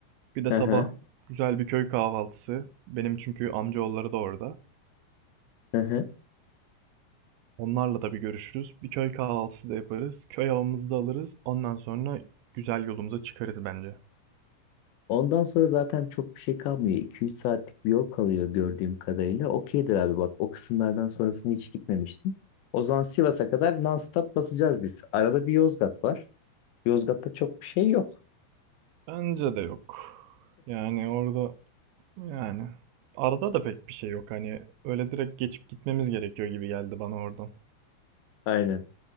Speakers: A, on the right; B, on the left.
A: Bir de
B: Hı
A: sabah
B: hı.
A: güzel bir köy kahvaltısı. Benim çünkü amcaoğulları da orada.
B: Hı hı.
A: Onlarla da bir görüşürüz. Bir köy kahvaltısı da yaparız. Köy havamızı da alırız. Ondan sonra güzel yolumuza çıkarız bence.
B: Ondan sonra zaten çok bir şey kalmıyor. 2-3 saatlik bir yol kalıyor gördüğüm kadarıyla. Okeydir abi bak o kısımlardan sonrasını hiç gitmemiştim. O zaman Sivas'a kadar non-stop basacağız biz. Arada bir Yozgat var. Yozgat'ta çok bir şey yok.
A: Bence de yok. Yani orada yani arada da pek bir şey yok. Hani öyle direkt geçip gitmemiz gerekiyor gibi geldi bana oradan.
B: Aynen.